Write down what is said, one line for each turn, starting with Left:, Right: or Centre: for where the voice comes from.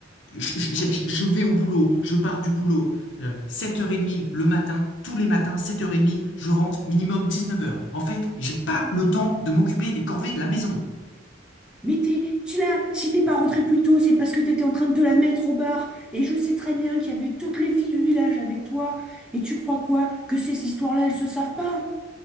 Left: Je, je- je- je vais au boulot, je pars du boulot, euh, 7h30 le matin, tous les matins, 7h30, je rentre minimum dix-neuf heures. En fait, j'ai pas le temps de m'occuper des corvées de la maison.
Centre: Mais t'es, tu l'as, si t'es pas rentré plus tôt, c'est parce que t'étais en train de te la mettre au bar. Et je sais très bien qu'il y avait toutes les filles du village avec toi. Et tu crois quoi? Que ces histoires-là, elles se savent pas?